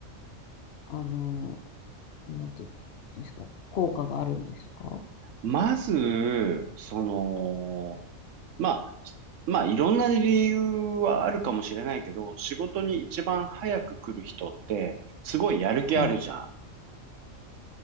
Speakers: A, on the left; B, on the right.
A: あの、なんていうんですか、効果があるんですか
B: まず、その、まあ、まあいろんな理由はあるかもしれないけど、仕事に一番早く来る人ってすごいやる気あるじゃん。
A: はい。